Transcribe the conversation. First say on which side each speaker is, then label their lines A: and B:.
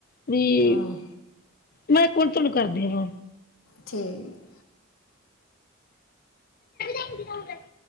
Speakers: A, on the left; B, on the left.
A: ਵੀ,
B: ਹਮ
A: ਮੈਂ ਪੌਂਚਨ ਨੂੰ ਕਰਦੀ ਆ ਫੋ
B: ਠੀਕ ਏ।
A: <unintelligible>